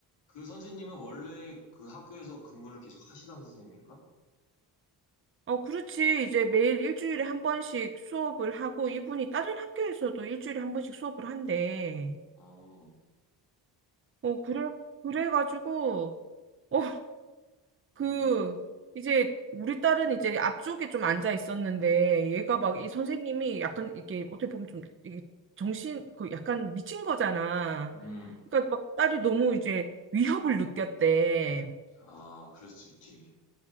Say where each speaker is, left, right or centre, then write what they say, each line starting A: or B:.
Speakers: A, on the left; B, on the right.
A: 그 선생님은 원래 그 학교에서 근무를 계속 하시던 선생님인가?
B: 어, 그렇지. 이제 매일 일주일에 한 번씩 수업을 하고 이분이 다른 학교에서도 일주일에 한 번씩 수업을 한대.
A: 어,
B: 어, 그래, 그래가지고, 어,
A: 음,
B: 그, 이제, 우리 딸은 이제 앞쪽에 좀 앉아 있었는데, 얘가
A: 음,
B: 막 이 선생님이 약간 이렇게 어떻게 보면 좀 이게 정신, 그 약간 미친 거잖아.
A: 음.
B: 그러니까 막 딸이 너무 이제 위협을 느꼈대.
A: 아, 그럴 수 있지.